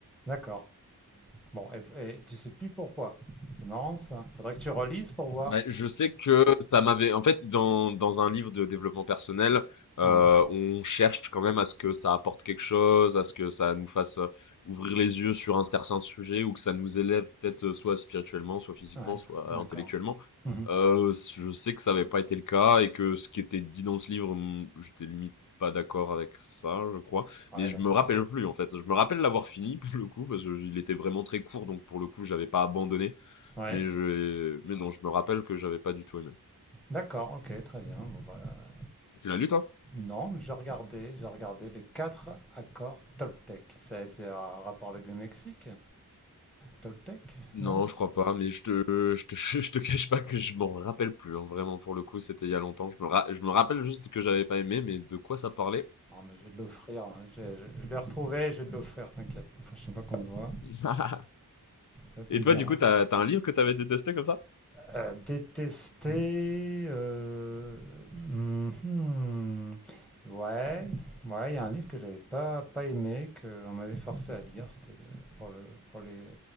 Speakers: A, in the centre; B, on the left (about 55°).
A: D'accord. Bon, et, et tu sais plus pourquoi. C'est marrant ça. Faudrait que tu relises pour voir.
B: Bah, je sais que ça m'avait, en fait, dans, dans un livre de développement personnel, euh,
A: Ouais.
B: on cherche quand même à ce que ça apporte quelque chose, à ce que ça nous fasse euh, ouvrir les yeux sur un certain sujet ou que ça nous élève peut-être euh, soit spirituellement, soit physiquement,
A: Ouais.
B: soit
A: D'accord.
B: euh, intellectuellement.
A: Mhm.
B: Euh, je sais que ça n'avait pas été le cas et que ce qui était dit dans ce livre, hum, j'étais limite pas d'accord avec ça, je crois.
A: Ouais,
B: Mais
A: d'accord.
B: je me rappelle plus, en fait. Je me rappelle l'avoir fini, <laughs> pour le coup, parce qu'il était vraiment très court, donc pour le coup, j'avais pas abandonné.
A: Ouais.
B: Mais je, mais non, je me rappelle que j'avais pas du tout aimé.
A: D'accord, ok, très bien. Bon, bah,
B: Tu l'as lu, toi?
A: non, mais j'ai regardé, j'ai regardé les quatre accords Toltec. C'est c'est un rapport avec le Mexique, Toltec,
B: Non,
A: non?
B: je crois pas, mais je te, je te, <laughs> je te cache pas que je m'en rappelle plus, hein. Vraiment, pour le coup, c'était il y a longtemps. Je me, ra- je me rappelle juste que j'avais pas aimé, mais de quoi ça parlait?
A: Non, mais j'ai de l'offrir. hein. J'ai- j'ai- Je l'ai retrouvé, j'ai de l'offrir, t'inquiète. La prochaine fois qu'on se voit,
B: <laughs>
A: ça tu
B: Et
A: me
B: toi,
A: diras.
B: du coup, t'as, t'as un livre que t'avais détesté comme ça?
A: Euh, détester. euh, mhm. Ouais, ouais, il y a un livre que j'avais pas pas aimé, que on m'avait forcé à lire. C'était de- pour le pour les. euh,